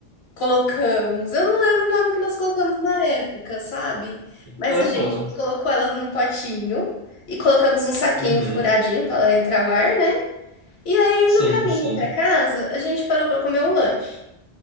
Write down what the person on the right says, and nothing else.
Aham.
Uhum.
Sim,
sim.